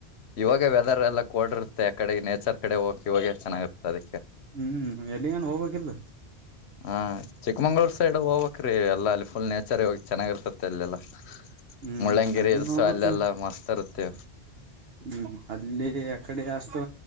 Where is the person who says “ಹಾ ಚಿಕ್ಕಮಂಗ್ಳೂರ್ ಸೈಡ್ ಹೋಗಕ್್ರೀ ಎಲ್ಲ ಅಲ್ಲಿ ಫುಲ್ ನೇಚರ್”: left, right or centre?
Left